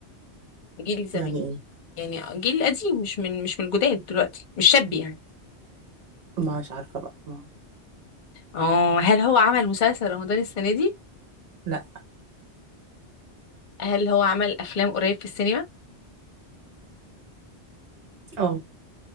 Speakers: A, on the left; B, on the right.
A: جيل زمان
B: يعني إيه
A: يعني جيل قديم مش من مش من الجداد دلوقتي مش شاب يعني
B: مش عارفة بقى ما.
A: اه هل هو عمل مسلسل رمضان السنة دي
B: لأ
A: هل هو عمل افلام قريب في السينما
B: اه